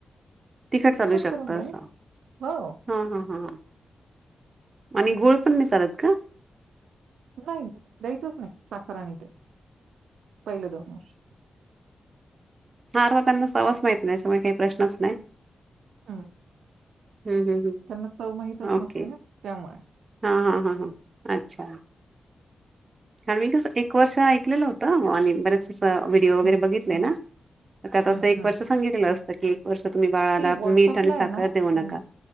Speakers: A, on the right; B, on the right.
A: तिखट चालू शकत
B: करून द्या
A: असं.
B: ना. हो
A: हां हां ह. आणि गूळपण नाही चालत का?
B: नाही द्यायचंच नाही साखर आणि ते. पहिलं दोन वर्ष.
A: हा <unintelligible> माहित नाही त्याच्यामुळे काही प्रश्नच नाही-
B: हम्म
A: हं, हं, हं.
B: त्यांना चव माहितच
A: ओके.
B: नसते ना? त्यामुळे.
A: हां हां हां हां अच्छा. आणि मी कस? एक वर्ष ऐकलेलं होतं आणि बरेच व्हिडिओ वगैरे
B: हं,
A: बघितले
B: हं,
A: ना? तर त्यात
B: हं,
A: एक
B: हं.
A: वर्षे सांगितले असत की वर्ष तुम्ही बाळाला
B: व्हॉट्सअपला
A: मीठ आणि
B: आहे
A: साखर
B: ना
A: देऊ नका.
B: अ,